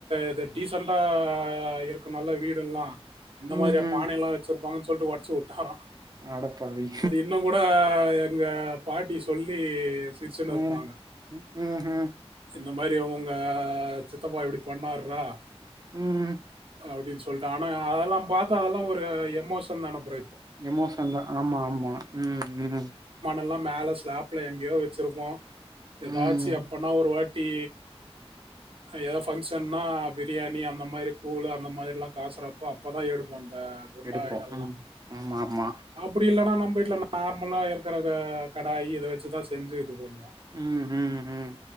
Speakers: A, on the right (about 60°); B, on the right (about 40°).
A: இது டீசன்டா இருக்கு நல்ல வீடெல்லா இந்த
B: ம்
A: மாரியா
B: ம்
A: பானயெல்லா வெச்சிருப்பாங்கன் சொல்ட்டு ஒட்ச்சு உட்டாரா
B: அடப்பாவி
A: இன்னு கூட உங்க பாட்டி சொல்லி சிரிச்சினு இருப்பாங்க
B: ம் ம் ம்
A: இந்த மாரி அவங்க த்தப்பா இப்படி பண்ணர்ரா
B: உம்
A: அப்படின்னு சொல்லிட்டு ஆனா அதெல்லா பார்த்து அதெல்லா ஒரு எமோஷன் தான பிர
B: எமோசன்லா ஆமா ஆமா உம் உம்
A: எல்லா மேல ஸ்லாப்ல எங்கேயோ வச்சிருப்போ ஏதாச்சு
B: ம்
A: அப்பனா ஒரு வாட் ட்டி எதோது ஃபங்க்ஷன்னா பிரியாணி அந்த மாதிரி கூழ் அந்த மாதிரிலா காசுறப்போ அப்போதான் எடுப்போ இந்த குண்டா
B: எடுப்போ
A: இதால
B: ம் ஆமா ஆமா
A: அப்படி இல்லைனா நா வீட்ல நா நார்மலா இருக்கிறத கடாயி இத வச்சு தா செஞ்சு இது பண்ணுவோ
B: உம் ஹும் ஹும்